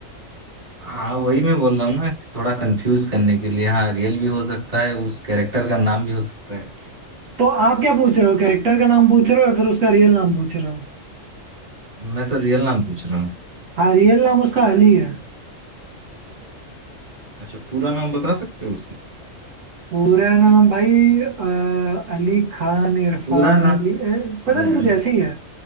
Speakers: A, on the right; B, on the right.
A: हाँ वही मैं बोल रहा हूँ मैं थोड़ा कंफ्यूज करने के लिए हाँ रियल भी हो सकता है उस कैरेक्टर का नाम भी हो सकता है
B: तो आप क्या पूछ रहे हो कैरेक्टर का नाम पूछ रहे हो या फिर उसका रियल नाम पूछ रहे हो
A: मैं तो रियल नाम पूछ रहा हूँ
B: हाँ रियल नाम उसका अली है
A: अच्छा पूरा नाम बता सकते हो उसका
B: पूरा नाम भाई आ, अली खान इरफान
A: पूरा नाम
B: अली ए, पता नहीं
A: न-
B: कुछ ऐसे ही है